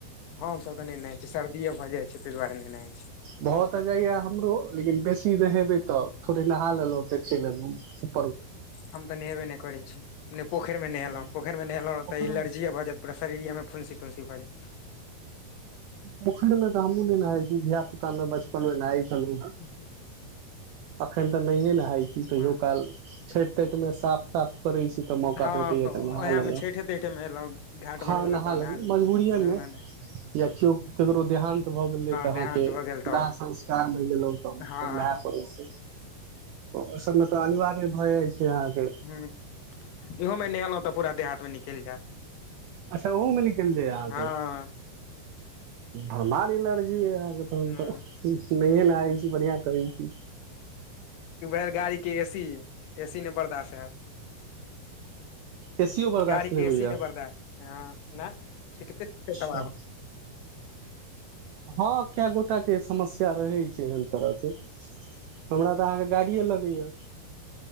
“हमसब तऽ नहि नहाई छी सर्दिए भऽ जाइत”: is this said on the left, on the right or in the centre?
Left